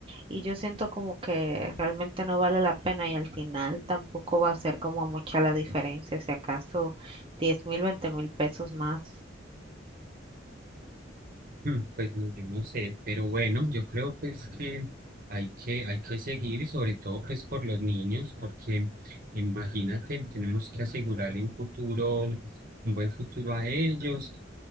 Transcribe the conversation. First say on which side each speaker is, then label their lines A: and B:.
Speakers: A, on the right; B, on the right.
A: y yo siento como que realmente no vale la pena y al final tampoco va a ser como mucha la diferencia, si acaso diez mil, veinte mil pesos más.
B: Mm, Pues no, yo no sé, pero bueno, yo creo pues que hay que, hay que seguir, y sobre todo pues por los niños, porque imagínate, tenemos que asegurarle un futuro, un buen futuro a ellos.